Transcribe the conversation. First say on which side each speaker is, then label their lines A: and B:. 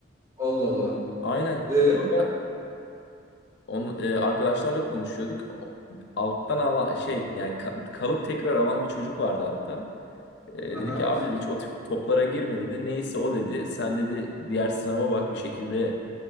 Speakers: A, on the right; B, on the left.
A: Allah Allah.
B: Aynen.
A: E?
B: Sonra on, e, arkadaşlarla konuşuyorduk. O- Alttan ala şey yani ka- kalıp tekrar alan bir çocuk vardı hatta. E,
A: Aha.
B: dedi ki abi dedi hiç o tip toplara girme dedi. Neyse o dedi. Sen dedi diğer sınava bak bir şekilde